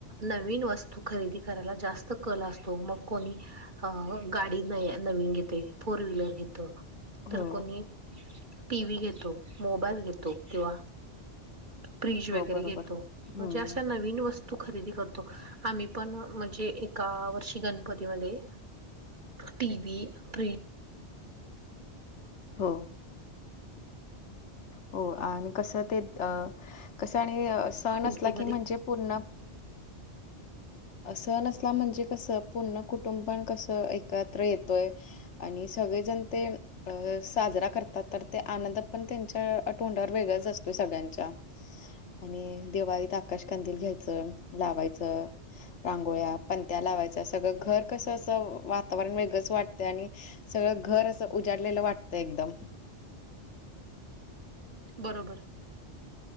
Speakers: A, on the right; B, on the left.
A: नवीन वस्तू खरेदी करायला जास्त कल असतो मग कोणी अ गाडी न नवीन घेते फोर व्हीलर घेतो.
B: हो
A: तर कोणी टी. व्ही. घेतो. मोबाईल घेतो किंवा फ्रीज
B: हो
A: वगैरे
B: बरोबर
A: घेतो.
B: हम्म
A: म्हणजे अशा नवीन वस्तू तू खरेदी करतो आम्ही पण म्हणजे एका वर्षी गण पधमध्ये टी प्र
B: हो हो आणि कस ते अ कसं आणि सण
A: किमतीमध्ये
B: असला की म्हणजे पूर्ण असं नसला म्हणजे कसं पूर्ण कुटुंबण कसं एकत्र येतोय आणि सगळेजण ते अ साजरा करतात तर ते आनंद पण त्यांच्या तोंडावर वेगळाच असतोय सगळ्यांच्या आणि दिवाळीत आकाश कांदील घ्यायचं लावायचं रांगोळ्या पणंत्या लावायच सगळं घर कसं असं वातावरण वेगळंच वाटतं आणि सगळं घर असं उजाडलेलं वाटतं एकदम.
A: बरोबर.